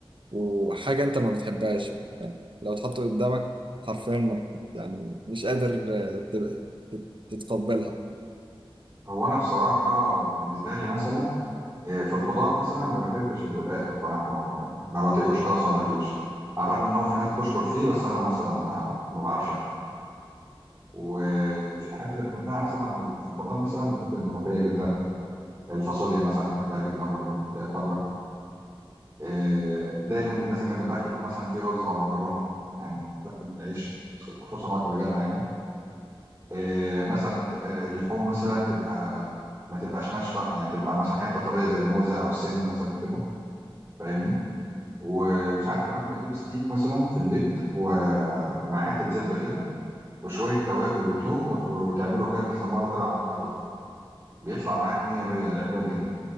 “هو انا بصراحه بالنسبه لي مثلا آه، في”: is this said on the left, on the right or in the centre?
Right